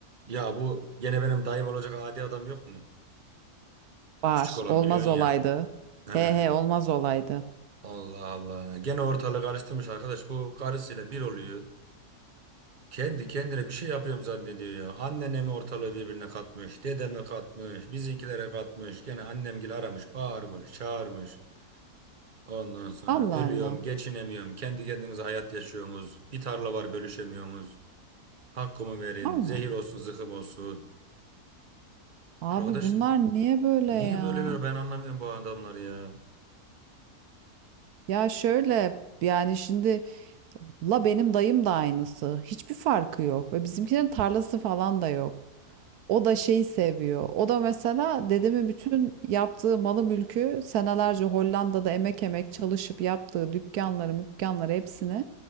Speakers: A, on the right; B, on the right.
A: Ya bu gene benim dayım olacak adi adam yok mu?
B: Var.
A: Küçük olan
B: Olmaz
A: biliyorsun
B: olaydı.
A: ya. He.
B: He he olmaz olaydı.
A: Allah Allah. Gene ortalığı karıştırmış arkadaş. Bu karısıyla bir oluyor. Kendi kendine bir şey yapıyorum zannediyor ya. Annene mi ortalığı birbirine katmış, dedeme katmış, bizimkilere katmış. Gene annemgili aramış, bağırmış, çağırmış. Ondan sonra
B: Allah
A: ölüyorum,
B: Allah.
A: geçinemiyorum. Kendi kendinize hayat yaşıyorsunuz. Bir tarla var bölüşemiyorsunuz. Hakkımı verin,
B: Allah
A: zehir
B: Allah.
A: olsun, zıkkım olsun.
B: Abi
A: Arkadaş
B: bunlar niye böyle
A: niye
B: ya?
A: böyleler ben anlamıyorum bu adamları ya.
B: Ya şöyle yani şimdi la benim dayım da aynısı. Hiçbir farkı yok. Ve bizimkilerin tarlası falan da yok. O da şeyi seviyor. O da mesela dedemin bütün yaptığı malı mülkü senelerce Hollanda'da emek emek çalışıp yaptığı dükkanları, mükkanları hepsini